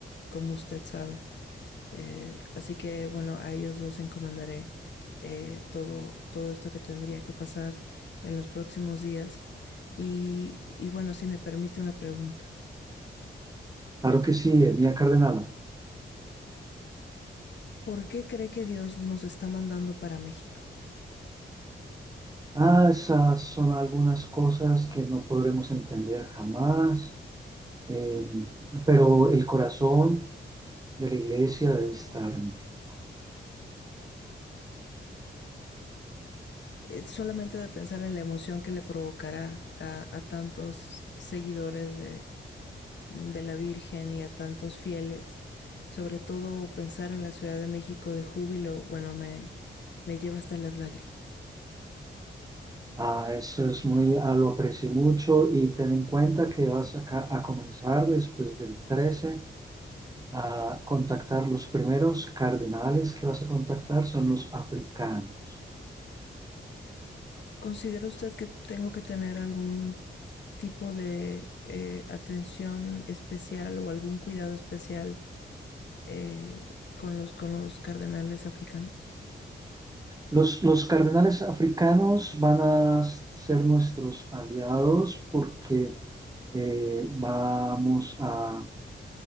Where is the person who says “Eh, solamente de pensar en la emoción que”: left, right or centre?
Left